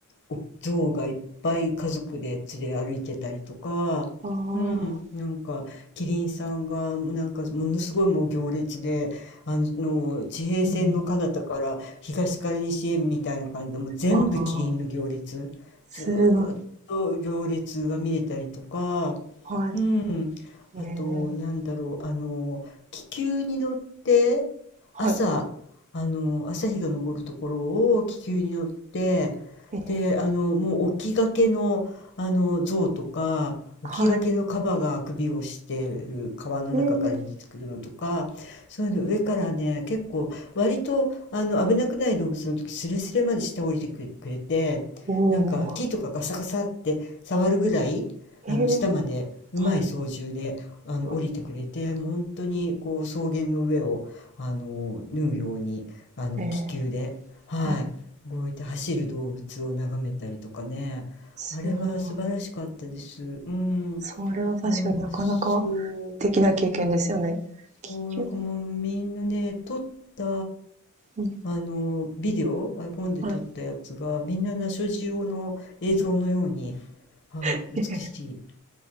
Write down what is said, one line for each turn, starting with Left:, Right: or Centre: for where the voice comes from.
Left: お象がいっぱい家族で連れ歩いてたりとか、
Right: ああ、
Left: うん、なんかキリンさんがもうなんかものすごいもう行列であの地平線の彼方から東から西へみたいな感じでもう全部キリンの行列ずーっと行列が見れたりとか、
Right: うんうん、ああ、すごい。はい。
Left: うん、あと、
Right: ええ
Left: なんだろう、あの、気球に乗って、
Right: はい。
Left: 朝、あの、朝日が昇るところを気球に乗って、
Right: ええ
Left: で、あの、もう起きがけの、あの、象とか、
Right: はい。
Left: 起きがけのカバが首をしてる川の中から出てくるのとか、
Right: ええ
Left: そういうの上からね、結構、割と、あの、危なくない動物の時、スレスレまで下降りてくくれて、
Right: おお、
Left: なんか木とかガサガサって触るぐらい、あの下までうまい操縦であの降りてくれてもう本当にこう草原の上をあの縫うようにあの気球で、
Right: ええはい、はい、ええ
Left: はい、
Right: はい、
Left: 動いて走る動物を眺めたりとかねあれは素晴らしかったです。
Right: すごい。
Left: うん、
Right: それは確かになかなか
Left: なんかそう
Right: 的な経験ですよね。気球
Left: そうなんかもうみんなね撮った
Right: うん、
Left: あのビデオ iPhone で撮ったやつがみんなナショジオの映像のように、
Right: はい。
Left: はい、
Right: ええ、
Left: 美しい。